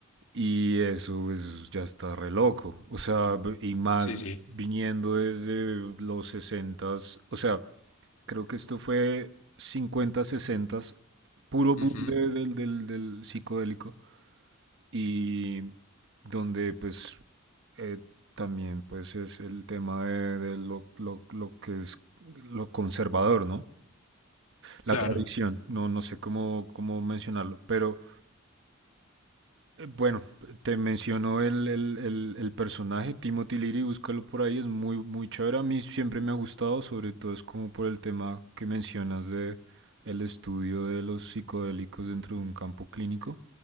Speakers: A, on the right (about 60°); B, on the left (about 75°).
A: Y eso es, ya está re loco. O sea, y más
B: sí, sí.
A: viniendo desde los sesentas o sea, creo que esto fue cincuenta 60 puro boom
B: Ujú,
A: de- del, del, del psicodélico. Y donde pues eh, también pues es el tema de, de lo, lo, lo que es lo conservador, ¿no? La
B: Claro.
A: tradición, no, no sé cómo, cómo mencionarlo, pero eh, bueno, te menciono el, el, el, el personaje, Timothy Leary, búscalo por ahí, es muy, muy chévere. A mí siempre me ha gustado, sobre todo es como por el tema que mencionas de el estudio de los psicodélicos dentro de un campo clínico.